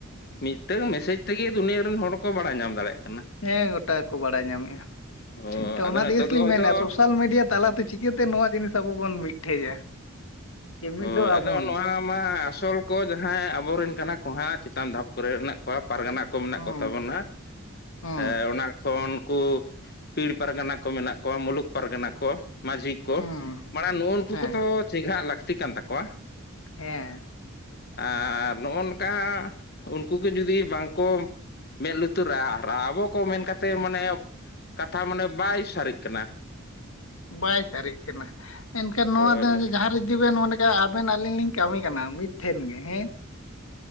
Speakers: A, on the left; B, on the left.
A: ᱢᱤᱫᱴᱟᱝ ᱢᱮᱥᱮᱡᱽ ᱛᱮᱜᱮ ᱫᱩᱱᱭᱟᱹ ᱨᱮᱱ ᱦᱚᱲ ᱠᱚ ᱵᱟᱲᱟᱭ ᱧᱟᱢ ᱫᱟᱲᱮᱭᱟᱜ ᱠᱟᱱᱟ ᱾
B: ᱦᱮᱸ ᱜᱚᱴᱟ ᱠᱚ ᱵᱟᱲᱟᱭ ᱧᱟᱢᱮᱫᱼᱟ
A: ᱦᱳᱭ
B: ᱛᱚ
A: ᱟᱫᱚ
B: ᱚᱱᱟ
A: ᱱᱤᱛᱚᱜ
B: ᱛᱮᱜᱮ ᱥᱮᱞᱤᱧ
A: ᱫᱚ ᱦᱚᱭᱛᱳ
B: ᱢᱮᱱᱟ ᱥᱳᱥᱟᱞ ᱢᱤᱰᱤᱭᱟ ᱛᱟᱞᱟᱛᱮ ᱪᱤᱠᱟᱹᱛᱮ ᱱᱚᱣᱟ ᱡᱤᱱᱤᱥ ᱟᱵᱚ ᱵᱚᱱ ᱢᱤᱫᱴᱷᱮᱡᱟ ᱡᱮ ᱢᱤᱫᱚᱜ
A: ᱦᱳᱭ
B: ᱟᱵᱚᱱ
A: ᱟᱫᱚ ᱱᱚᱣᱟ ᱢᱟ ᱟᱥᱚᱞ ᱠᱚ ᱡᱟᱦᱟᱸᱭ ᱟᱵᱚᱨᱮᱱ ᱠᱟᱱᱟ ᱠᱚ ᱦᱟᱸᱜ ᱪᱮᱛᱟᱱ ᱫᱷᱟᱯ ᱠᱚᱨᱮ ᱢᱮᱱᱟᱜᱱᱟᱜ ᱠᱚᱣᱟ ᱯᱟᱨᱜᱟᱱᱟ ᱠᱚ ᱠᱚ ᱢᱮᱱᱟᱜ
B: ᱦᱩᱸ
A: ᱠᱚᱛᱟ ᱵᱚᱱᱟ
B: ᱦᱩᱸ
A: ᱦ ᱚᱱᱟ ᱠᱷᱚᱱ ᱠᱩ ᱯᱤᱲ ᱯᱟᱨᱜᱟᱱᱟ ᱠᱚ ᱢᱮᱱᱟᱜ ᱠᱚᱣᱟ ᱢᱩᱞᱩᱠ ᱯᱟᱨᱜᱟᱱᱟ ᱠᱚ ᱢᱟᱟᱹᱡᱷᱤ ᱠᱚ
B: ᱦᱩᱸ
A: ᱢᱟᱲᱟᱝ ᱱᱩᱱ ᱱᱩᱠᱩ
B: ᱦᱮᱸ
A: ᱠᱚᱛᱚ ᱪᱮᱸᱜᱷᱟᱜ ᱞᱟᱹᱠᱛᱤ ᱠᱟᱱ ᱛᱟᱠᱚᱣᱟ
B: ᱦᱮᱸ
A: ᱟᱨ ᱱᱚᱜᱼᱚ ᱱᱚᱝᱠᱟ ᱩᱱᱠᱩ ᱠᱚ ᱡᱩᱫᱤ ᱵᱟᱝᱠᱚ ᱢᱮᱸᱫ ᱞᱩᱛᱩᱨᱟᱜ ᱟᱨ ᱟᱵᱚ ᱠᱚ ᱢᱮᱱ ᱠᱟᱛᱮᱫ
B: ᱦᱮᱸ
A: ᱢᱟᱱᱮ ᱠᱟᱛᱷᱟ ᱢᱟᱱᱮ ᱵᱟᱭ ᱥᱟᱹᱨᱤᱜ ᱠᱟᱱᱟ
B: ᱵᱟᱭ ᱥᱟᱹᱨᱤᱜ ᱠᱟᱱᱟ ᱮᱱᱠᱷᱟᱱ ᱱᱚᱣᱟ
A: ᱦᱳᱭ
B: ᱫᱚ ᱡᱟᱦᱟᱸ ᱨᱮ ᱤᱫᱤ ᱵᱮᱱ ᱢᱟᱱᱮ ᱟᱵᱮᱱ ᱟᱹᱞᱤᱧ ᱞᱤᱧ ᱠᱟᱹᱢᱤ ᱠᱟᱱᱟ ᱢᱤᱫ ᱴᱷᱮᱱ ᱜᱮ ᱦᱮᱸ